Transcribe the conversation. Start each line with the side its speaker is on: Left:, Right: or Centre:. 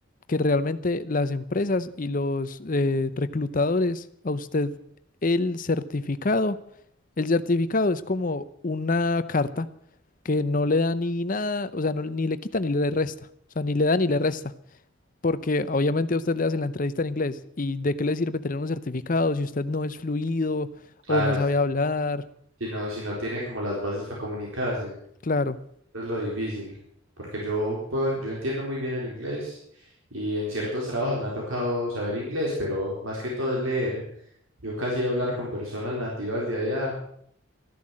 Left: que realmente las empresas y los eh, reclutadores, a usted el certificado, el certificado es como una carta que no le da ni nada, o sea, no- ni le quita ni le resta. O sea, ni le da ni le resta. Porque obviamente a usted le hacen la entrevista en inglés. ¿Y de qué le sirve tener un certificado si usted no es fluido
Right: Claro,
Left: o no sabe
Right: si
Left: hablar?
Right: si no, si no tiene como las bases para comunicarse,
Left: Claro.
Right: eso es lo difícil, porque yo puedo, yo entiendo muy bien el inglés y en ciertos trabajos me ha tocado saber inglés, pero más que todo es leer. Yo casi hablar con personas nativas de allá